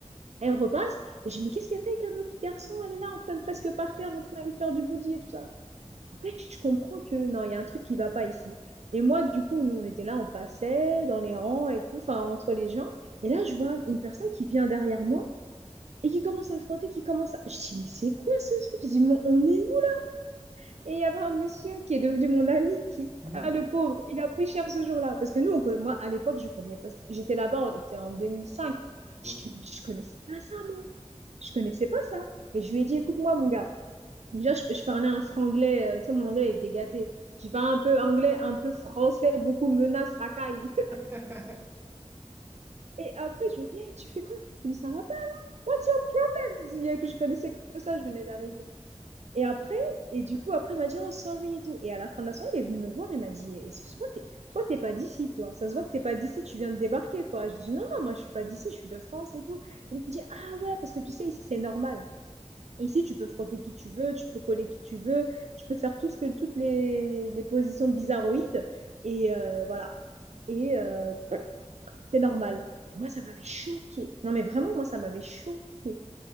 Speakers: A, on the right; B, on the right.
A: elle repasse. Et je dis, mais qu'est-ce qu'elle fait avec un autre garçon? Elle est là, en train de presque par terre, en train de faire du body et tout ça. Après, je comprends que non, il y a un truc qui va pas ici. Et moi, du coup, nous, on était là, on passait dans les rangs et tout, enfin, entre les gens. Et là, je vois une personne qui vient derrière moi et qui commence à frotter, qui commence à... Je dis, mais c'est quoi ce truc? Je dis, mais on est où? Et il y avait un monsieur qui est devenu mon ami, qui...
B: Mhm.
A: Ah, le pauvre, il a pris cher ce jour-là. Parce que nous, on conna- moi, à l'époque, je connais pas... J'étais là-bas, on était en 2005.
B: Ouais.
A: Je, je connaissais pas ça, moi. Je connaissais pas ça. Et je lui ai dit, écoute-moi, mon gars. Déjà, je, je parlais un franglais, euh, tu sais, mon anglais il était gâté. J'ai parlé un peu anglais, un peu français, beaucoup menaces, racailles. <laughs>
B: <laughs>
A: Et après, je lui ai dit, Hey, tu fais quoi? Je me dis, ça va pas? What's your problem? Tu dis, Que je connaissais que ça, je venais d'arriver. Et après, et du coup, après, il m'a dit, oh, sorry et tout. Et à la fin de la soirée, il est venu me voir il m'a dit, excuse-moi, t'es- toi, t'es pas d'ici, toi. Ça se voit que t'es pas d'ici, tu viens de débarquer, toi. Je dis, non, non, moi, je suis pas d'ici, je suis de France et tout. Il me dit, ah ouais, parce que tu sais, ici, c'est normal. Ici, tu peux frotter qui tu veux, tu peux coller qui tu veux, tu peux faire tout ce que, toutes les, les positions bizarroïdes. Et euh, voilà. Et euh, c'est normal. Et moi, ça m'avait choqué. Non, mais vraiment, moi, ça m'avait choqué.